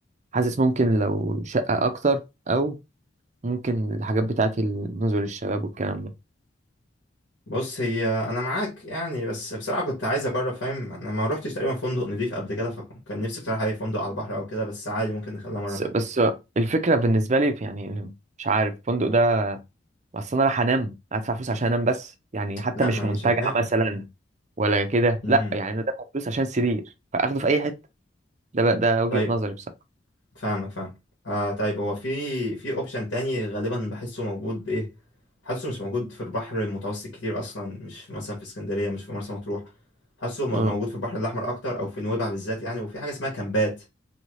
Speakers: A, on the right; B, on the left.
A: حاسس ممكن لو شقة أكتر أو ممكن الحاجات بتاعت نزل الشباب والكلام ده
B: بص هي انا معاك يعني بس بصراحة كنت عايز اجرب فاهم انا ما روحتش تقريبا فندق نضيف قبل كده فكان نفسي بصراحة اي فندق على البحر او كده بس عادي ممكن نخليها مرة
A: بس,
B: تانية
A: بس الفكرة بالنسبة لي في- يعني مش عارف الفندق ده أصل أنا رايح أنام هدفع فلوس عشان أنام بس يعني حتى
B: لا
A: مش
B: ما
A: منتجع
B: مش هتنام
A: مثلا ولا كده
B: امم
A: لا يعني أنا دافع فلوس عشان سرير فأخده في أي حتة ده بقى ده وجهة
B: طيب
A: نظري بصراحة
B: فاهمك فاهم آه طيب هو في في اوبشن تاني غالبا بحسه موجود ايه حاسه مش موجود في البحر المتوسط كتير اصلا مش مثلا في اسكندريه مش في مرسى مطروح حاسه م-
A: اه
B: موجود في البحر الاحمر اكتر او في نويبع بالذات يعني وفي حاجه اسمها كامبات